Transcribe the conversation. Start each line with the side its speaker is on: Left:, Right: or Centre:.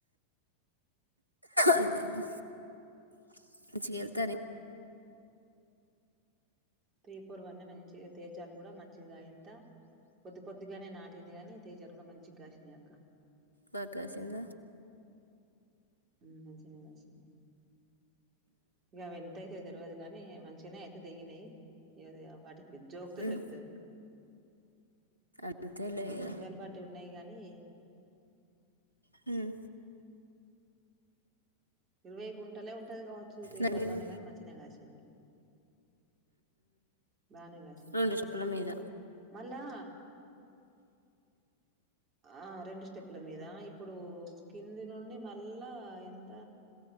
Left: అదేలే <unintelligible>
Right: తే పూర్ వండ్న మంచిగా తేజాలు కూడ మంచిగా ఇంత కొద్ది కొద్దిగనే నాటింది గాని తేజలు కూడా మంచిగ గాష్నియాక్క.
Left: బాగ కాసింద.
Right: మ్మ్ మంచిగనే కాశినయి. గవెం తయితై తెల్వదు గానీ, మంచిగనే అయితే తెగినయి ఇగ వాటి జోకితె
Left: ఉమ్,
Right: తెలుతది.
Left: అంతేలే ఇక
Right: సింగల్ పాటీ ఉన్నయి గానీ
Left: మ్మ్
Right: ఇరవై గుంటలే ఉంటది కావచ్చు త్రి
Left: నలుగు
Right: పూర్వానే కాని మంచిగనే కాసింది. బానే గాసిందక్క
Left: రెండు చెప్పుల మీద
Right: మళ్ళా ఆ రెండు స్టెప్ల మీద ఇప్పుడూ కింది నుండి మళ్ళా ఎంత